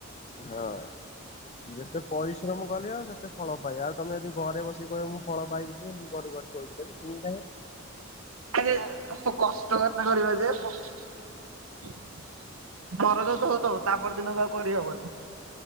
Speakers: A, on the left; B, on the right.
A: ହଁ। ଯେତେ ପରିଶ୍ରମ କରିବ ସେତେ ଫଳ ପାଇବ ଆଉ ତମେ ଯଦି ଘରେ ବସିକି କହିବ ମୁଁ ଫଳ ପାଇବି କେମିତି। ଭଗବାନ ତୋଳି କିି ଦେବେ କିଣିଛି ଖାଇବ।
B: <unintelligible> କଷ୍ଟ କାଇଁ କରିବା ଯେ <unintelligible> ଧୋଉଥିବ ତାପର ଦିନକୁ ଆଉ କରିହବନି।